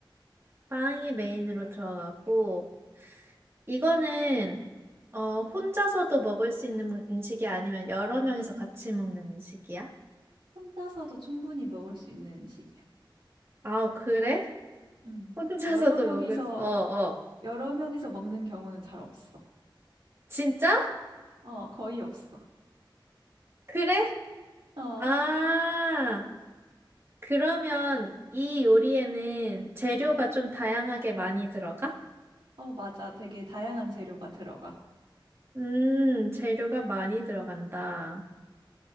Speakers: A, on the right; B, on the right.
A: 빵이 메인으로 들어가고, 이거는, 어, 혼자서도 먹을 수 있는 음식이 아니면 여러 명이서 같이 먹는 음식이야?
B: 혼자서도 충분히 먹을 수 있는 음식이야.
A: 아, 그래?
B: 음.
A: 혼자서도
B: 여러 명이서,
A: 먹을 수, 어, 어.
B: 여러 명이서 먹는 경우는 잘 없어.
A: 진짜?
B: 어, 거의 없어.
A: 그래?
B: 어,
A: 아, 그러면 이 요리에는 재료가 좀 다양하게 많이 들어가?
B: 어, 맞아. 되게 다양한 재료가 들어가.
A: 음, 재료가 많이 들어간다.